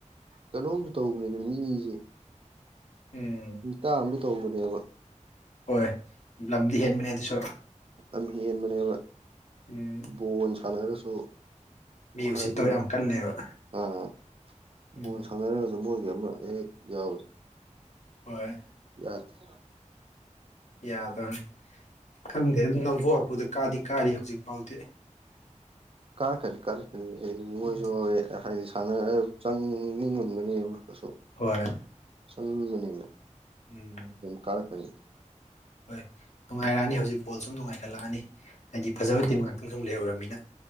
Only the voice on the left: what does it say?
ꯎꯝ
ꯍꯣꯏ ꯂꯝꯗꯤ ꯍꯦꯟꯕꯅꯦ ꯑꯗꯨꯁꯨ
ꯎꯝ
ꯃꯤ
ꯎꯁꯤꯠꯇꯕ ꯌꯥꯝ ꯀꯜꯂꯦꯕ
ꯎꯝ
ꯍꯣꯏ
ꯌꯥꯗꯔ ꯈꯪꯗꯦꯑꯗꯨ ꯅꯝꯐꯨ ꯍꯥꯐꯨꯗ ꯀꯥꯗꯤ ꯀꯥꯔꯤ ꯍꯧꯖꯤꯛ ꯐꯥꯎꯗꯤ
ꯎꯝ
ꯍꯣꯏ
ꯎꯝ
ꯍꯣꯏ ꯅꯨꯡꯉꯥꯏꯔꯛꯑꯅꯤ ꯍꯧꯖꯤꯛ ꯕꯣꯜ ꯁꯨꯝ ꯅꯨꯡꯉꯥꯏꯈꯠꯂꯛꯑꯅꯤ ꯍꯥꯏꯗꯤ ꯐꯖꯕ ꯇꯤꯝ ꯉꯥꯛꯇꯪ ꯁꯨꯝ ꯂꯩꯍꯧꯔꯕꯃꯤꯅ